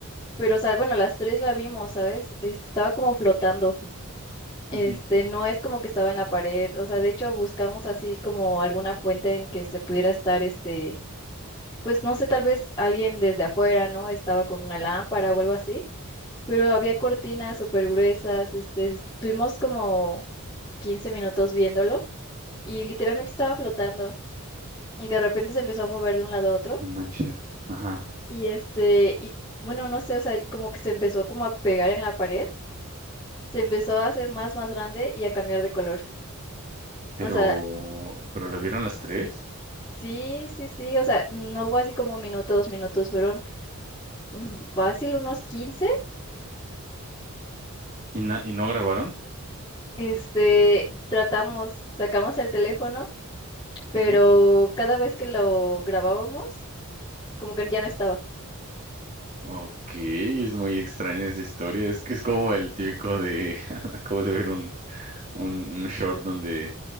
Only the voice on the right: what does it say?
Ujú.
No manches. Ajá.
Pero,
pero la vieron las tres
y, na- y no grabaron.
Ujú.
Ok, es muy extraña esa historia. Es que es como el típico de. <laughs> Acabo de ver un, un, un short donde